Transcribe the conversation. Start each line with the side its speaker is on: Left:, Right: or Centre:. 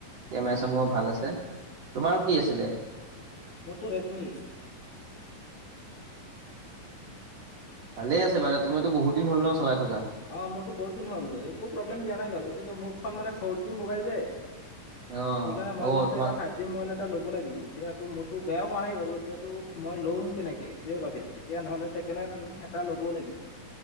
Right: কেমেৰা
Left: অ
Right: চেমেৰাও ভাল আছে। তোমাৰ কি আছিলে?
Left: অ মোৰতো ৰেডমি
Right: ভালে আছে বাৰু, তোমাৰতো বহুতদিন হ'ল ন' চলাই থকা?
Left: অ' মোৰটো বহুতদিন হ'ল একো প্ৰব্লেম দিয়া নাই বাৰু কিন্তু মোৰখন মানে ফ'ৰজি মোবাইল যে
Right: অ
Left: সেইকাৰণে মই
Right: অ
Left: ভাবিছোঁ
Right: তোমাৰ
Left: এটা ফাইভ যি মোবাইল এটা ল'ব লাগিব, এতিয়াতো মোৰটো বেয়া হোৱা নাই বাৰু, এতিয়াতো মই ল'ম কেনেকে এইটোয়ে ভাবি আছোঁ। তেতিয়া নহ'লে ছেকেন্ড হেন এটা ল'ব লাগিব।